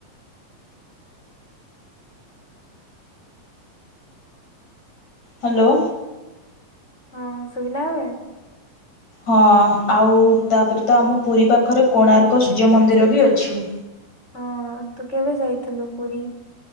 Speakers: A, on the left; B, on the left.
A: ହାଲୋ।
B: ହଁ ଶୁଭିଲା ଏବେ।
A: ହଁ ଆଉ ତାପରେ ତ ଆମ ପୁରୀ ପାଖରେ କୋଣାର୍କ ସୂର୍ଯ୍ୟ ମନ୍ଦିର ବି ଅଛି।
B: ହଁ ତୁ କେବେ ଯାଇଥିଲୁ ପୁରୀ।